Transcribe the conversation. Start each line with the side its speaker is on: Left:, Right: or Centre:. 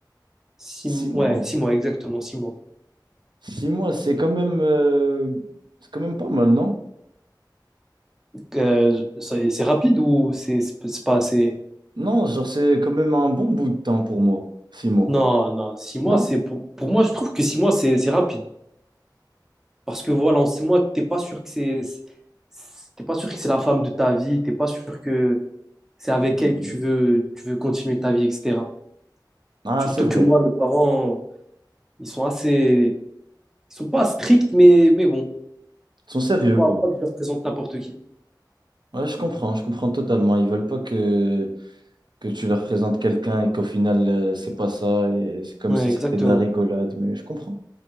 Centre: Six,
Right: Six
Centre: m-
Right: mois.
Centre: ouais, six mois, exactement, six mois.
Right: Six mois, c'est quand même, euh, c'est quand même pas mal, non?
Centre: Euh, ça- c'est rapide ou c'est c'est pas assez...
Right: Non, genre c'est quand même un bon bout de temps pour moi. Six mois,
Centre: Non, non, six mois,
Right: non?
Centre: c'est pour, pour moi, je trouve que six mois, c'est c'est rapide. Parce que voilà, en six mois, t'es pas sûr que c'est, c'est- t'es pas sûr que c'est la femme de ta vie, t'es pas sûr que c'est avec
Right: Mm.
Centre: elle que tu veux, tu veux continuer ta vie, etc.
Right: Ah,
Centre: Surtout
Right: c'est vrai.
Centre: que moi, mes parents, ils sont assez, ils sont pas stricts, mais, mais bon,
Right: Ils sont sérieux,
Centre: faut pas,
Right: quoi.
Centre: pas que je leur présente n'importe qui.
Right: Ouais, je comprends, je comprends totalement. Ils veulent pas que, que tu leur présentes quelqu'un et qu'au final, euh, c'est pas ça. Et, et c'est comme
Centre: Ouais,
Right: si c'était
Centre: exactement.
Right: de la rigolade. Mais je comprends,